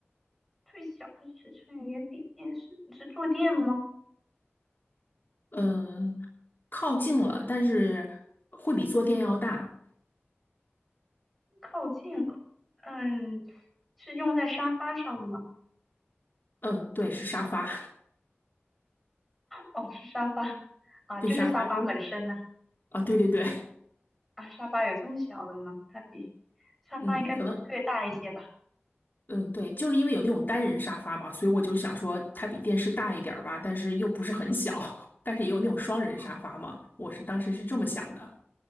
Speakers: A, in the centre; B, on the left.
A: 最小的尺寸也比电视是坐垫吗？
B: 嗯，靠近了，但是会比坐垫要大。
A: 靠近了，嗯，是用在沙发上的吗？
B: 嗯，对，是沙发。
A: 哦，是沙发啊，
B: 对沙发，
A: 就是沙发本身呢、
B: 因为啊，对对对，
A: 啊。沙发有这么小的吗？它比沙发应该略大一些吧？
B: 嗯，可能，嗯，对，就是因为有那种单人沙发嘛，所以我就想说它比电视大一点儿吧，但是又不是很小，<laughs> 但是也有那种双人沙发嘛，
A: 哦
B: 我是当时是这么想的。